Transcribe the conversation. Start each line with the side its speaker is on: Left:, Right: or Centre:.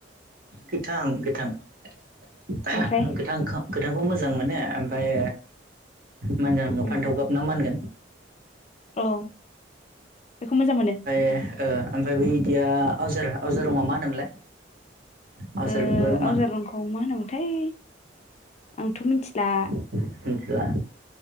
Right: गोथां गोथां। <unintelligible>
Left: ओमफ्राय
Right: गोथां <unintelligible> गोथांखौ मोजां मोनो। ओमफ्राय मा ओनगोन
Left: उम
Right: फान्थाव गाब ना मा होनगोन?
Left: औ बेखौ मोजां मोनो।
Right: एह ओ ओमफाय बै बिदिया आवजार आवजार रङा मा होनोमोनलाय? आवजार
Left: ओ
Right: बिबार रङा
Left: आवजार रंखौ मा होनोमोनथाय? आंथ' मिनथिला।
Right: मिनथिला